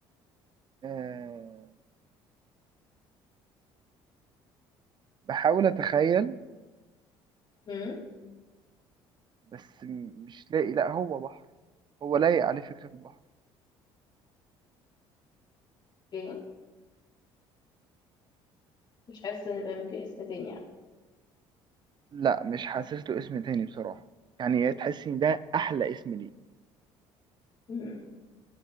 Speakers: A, on the right; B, on the left.
A: آه بحاول اتخيل
B: امم
A: بس م- مش لاقي لا هو بحر هو لايق عليه فكرة البحر
B: اوكي مش حاسة ان يبقى ممكن اسم تاني يعني
A: لا مش حاسس له اسم تاني بصراحة يعني يا تحسي إن ده أحلى اسم ليه
B: امم